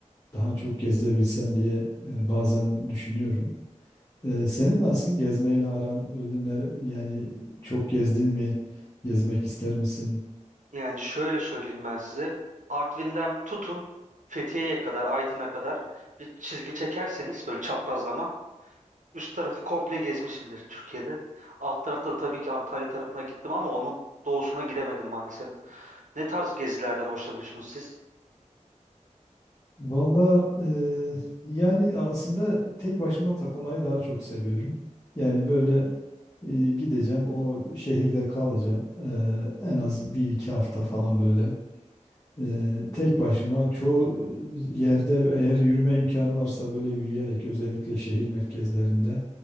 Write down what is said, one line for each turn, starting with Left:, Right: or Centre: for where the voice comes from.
Left: daha çok gezebilsem diye e, bazen düşünüyorum. E, senin nasıl gezmeyle aran öyle ner- yani çok gezdin mi? Gezmek ister misin?
Right: Yani şöyle söyleyeyim ben size. Artvin'den tutun Fethiye'ye kadar, Aydın'a kadar bir çizgi çekerseniz böyle çaprazlama üst tarafı komple gezmişimdir Türkiye'de. Alt tarafta tabii ki Antalya tarafına gittim ama onun doğusuna gidemedim maalesef. Ne tarz gezilerden hoşlanıyorsunuz siz?
Left: Valla eee, yani aslında tek başıma takılmayı daha çok seviyorum. Yani böyle eee, gideceğim o şehirde kalacağım Eee, en az bir iki hafta falan böyle. Eee, tek başıma çoğu yerde eğer yürüme imkanı varsa böyle yürüyerek özellikle şehir merkezlerinde